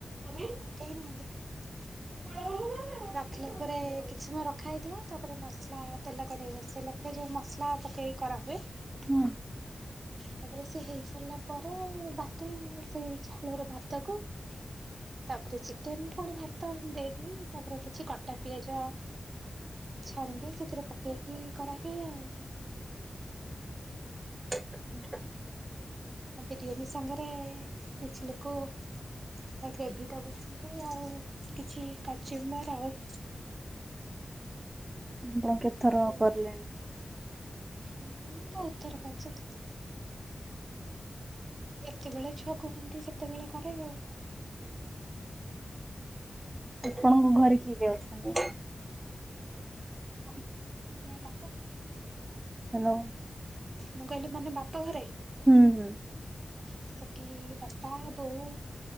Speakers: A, on the right; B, on the right.
A: ଆମେ କେହି ନାହାନ୍ତି। <unintelligible> ତା ପରେ କିଛି ସମୟ ରଖାଇଥିବ ତାପରେ ମସଲା ତେଲ କଡ଼େଇ ବସେଇଲା ପରେ ଯୋଉ ମସଲା ପକାଇ କରା ହୁଏ।
B: ହୁଁ।
A: ତାପରେ ସେ ହେଇ ସାରିଲା ପରେ ଭାତ ସେଇ ଚାଉଳରେ ଭାତକୁ ତାପରେ ଚିକେନ କଣ ଭାତ ଦେଇଦି ତାପରେ କିଛି କ ଅଟା ପିଆଜ ଛାଣିକି ସେଥିରେ ପକେଇକି କରାହୁଏ ଆଉ।
B: <inaudible>
A: ମୋ ଦିଦି <unintelligible> ସାଙ୍ଗରେ କିଛି ଲୋକ ତା ଗ୍ରେଭି ଟା ବୁଝନ୍ତି ଆଉ କିଛି କଜୁମର ଆଉ।
B: ଆପଣ କେତ ଥର
A: ଏଇଆ
B: କିରିଲେଣି?
A: ତ ହୁଁ ବହୁତ ଥର କରିଛି। ଯେତେବେଳେ ଛୁଆ କୁହନ୍ତି ସେତେବେଳେ କରେ ଆଉ।
B: ଆପଣଙ୍କ ଘରେ କିଏ କିଏ ଅଛନ୍ତି?
A: ଆମ ଘରେ ମାନେ ବାପ ଘରେ?
B: ହ୍ୟାଲୋ।
A: ମୁଁ କହିଲି ମାନେ ବାପ ଘରେ?
B: ହୁଁ ହୁଁ।
A: ସେଠି ବାପା, ବୋଉ,